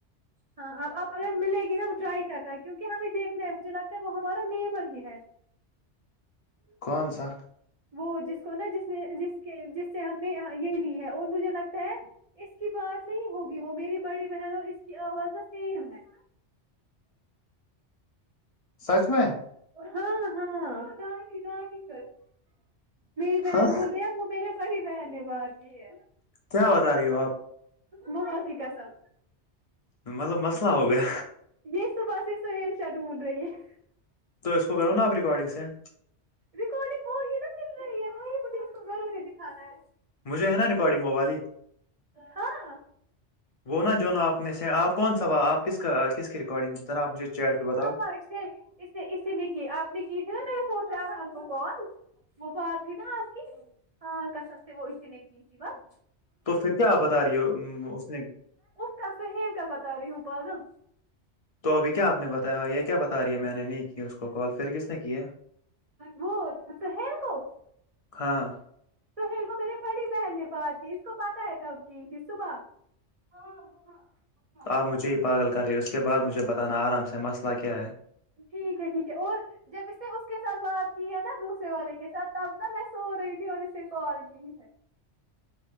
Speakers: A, on the right; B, on the left.
A: ہاں اب آ اگر مل گی نا وہ ٹرائی کرتا ہے کیونکہ ہمیں دیکھنا ہے مجھے لگتا ہے وہ ہمارا نیبر ہی ہے <inaudible>
B: کون سا
A: وہ جس کو نا جس نے جس کے جس سے ہم نے یہی لی ہے اور مجھے لگتا ہے اس کی بات نہیں ہوگی وہ میری بڑی بہن اور اس آواز سیم ہے
B: سچ میں
A: ہاں ہاںانی دانی ک میری بہن
B: ہاں
A: بول رہی وہ میری بڑی بہن نے بات کی ہے
B: کیا بتا رہی ہو آپ
A: محا کی قسم
B: مطلب مسئلہ ہو گیا
A: یہ صبح یہ سوین شا ڈڈ رہی ہے
B: تو اس کو کرو ن آپ ریکارڈنگ سینڈ
A: ریکارڈنگ وہی نا مل رہی ہے وہی مجھے اس کو گرو نے دکھانا ہے
B: مجھے ہے نا ریکارڈنگ وہ والی
A: ہاں
B: وہ نا جو نا آپ نے سے آپ کون ساا آپ کس کا کس کی ریکارڈنگ ر آپ مجھے چیٹ پہ بتاؤ
A: ہاں اس اس اسی نے کی آپ نے کی تھی نا میں سوچا تھاا آپ کو کون <inaudible> وہ بات تھی نا آپ کی ہاں کسم تھے وہ اسی نے کی تھی بس
B: تو پھر کیاپ بتا رہی ہے اس نے
A: کسے ہی کر بتا رہی ہوں پاگل <inaudible>
B: تو ابھی کیا آپ نے بتایا یہ کیا بتا رہی ہے میں نے نہیں کی اس کو کال پھر کس نے کی
A: وہ توس گ <inaudible>
B: ہاں
A: توہل کو میرے بڑی بہن نے بات کی اس کو پہ ہے کب کی تھی صبح ہاں ہاں <inaudible>
B: تو آپ مجھے پاگل کر رہی ہے اس کے بعد مجھے بتانا آرام سے مسئلہ کیا ہے
A: ٹھیک ہے ٹھیک ہے اور جب اس نے اس کے ساتھ بات کی ہے نا دوسرے والے کے ساتھ تب نا میں سو رہی تھی اور اسے کال کی ہے